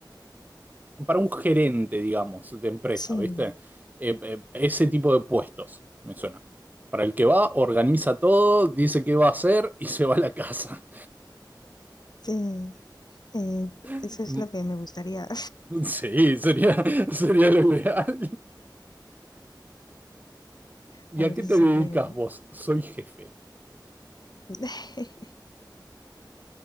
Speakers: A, on the right; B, on the left.
A: para un gerente, digamos, de empresa,
B: Sí,
A: ¿viste? Eh, eh, ese tipo de puestos, me suena. Para el que va, organiza todo, dice qué va a hacer y se va a la casa.
B: sí, eh,
A: <laughs>
B: eso es
A: Mm,
B: lo que me gustaría,
A: Sí, sería, sería lo ideal.
B: <laughs>
A: ¿Y
B: a
A: a
B: ver
A: qué
B: si
A: te
B: se
A: dedicas
B: puede, ¿no?
A: vos? Soy jefe.
B: <laughs>